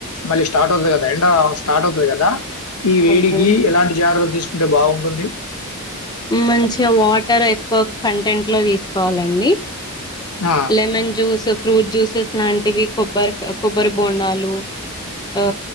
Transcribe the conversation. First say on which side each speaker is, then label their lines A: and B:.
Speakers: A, on the left (about 85°); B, on the left (about 20°).
A: మళ్ళీ స్టార్ట్ అవుతుంది కదా ఎండ స్టార్ట్ అవుతుది కదా ఈ వేడికి
B: అవును
A: ఎలాంటి జాగ్రత్తలు తీసుకుంటే బాగుంటుంది
B: మంచిగా వాటర్ ఎక్కువ కంటెంట్ లో తీసుకోవాలండి
A: ఆ!
B: లెమన్ జ్యూస్ ఫ్రూట్ జ్యూసెస్ లాంటివి కొబ్బరి కొబ్బరి బోండాలు ఆ